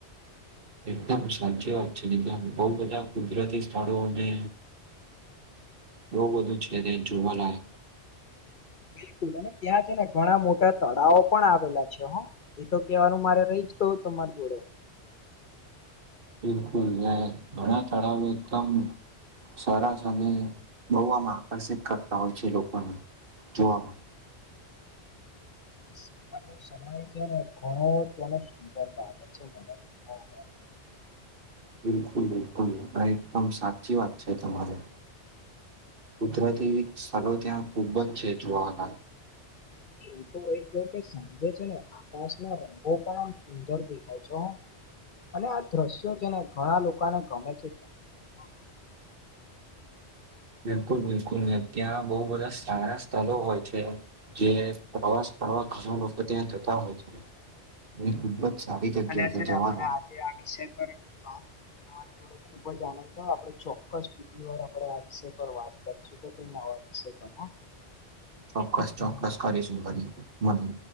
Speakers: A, on the right; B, on the left.
A: એકદમ સાચી વાત છે, ને ત્યાં બહુ બધા કુદરતી સ્થળોને બહુ બધું છે તે જોવાના
B: બિલકુલ અને ત્યાં છે ને ઘણા મોટા તળાવો પણ આવેલા છે હ એ તો કેવાનું મારે રહી જ તો તમારી જોડે
A: બિલકુલ ઘણા તળાવો એકદમ સસ અને બહ આમ આકર્ષિત કરતા હોય છે લોકોને જોવા
B: સવા ન સમય છે ને ઘણો તેનો સુંદર લાગે છે મને તો બ
A: બિલકુલ બિલકુલ એકદમ સાચી વાત છે તમારે કુદરાતી સ્થળો ત્યાં ખૂબ જ છે જોવા હતા
B: એ તો એય ગ કે સાંજે છે ને આકાશના રંગો પણ આમ સુંદર દેખાય છે અને આ દ્રશ્યો છેને ઘણા લોકોને ગમે છે ત્યાં
A: બિલકુલ બિલકુલ ને ત્યાં બહુ બધા સારા સ્થળ હોય છે જે પ્રવાસ આવા ઘણા લોકો ત્યાં જતા હોય છે એ ખૂબ જ સારી જગ્યા
B: અને છે ને
A: જવાના
B: મને આજે આ વિષય પર વાત કરી ખુબ જ આનંદ આપણે ચોક્કસ પીધી વાર આપણે આ વિષય પર વાત કરીશું કે કોઈ નવા વિષય પર
A: ચોક્કસ
B: ખૂબ જાણવા
A: ચોક્કસ
B: મળ્યું
A: કરશ ઘરી મરી